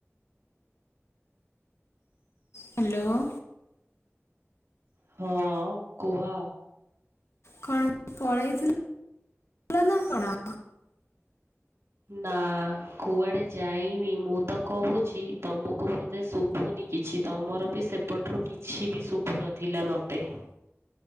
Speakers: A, on the left; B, on the right.
A: ହ୍ୟାଲୋ
B: ହଁ କୁହ।
A: କଣ ପଳେଇଥିଲୁ ନା କଣ।
B: ନା କୁଆଡେ ଯାଇନି ମୁଁ ତ କହୁଛି। ତୁମକୁ ବୋଧେ ଶୁଭୁନି କିଛି ତୁମର ବି ସେପଟରୁ କିଛି ବି ଶୁଭୁ ନଥିଲା ମୋତେ।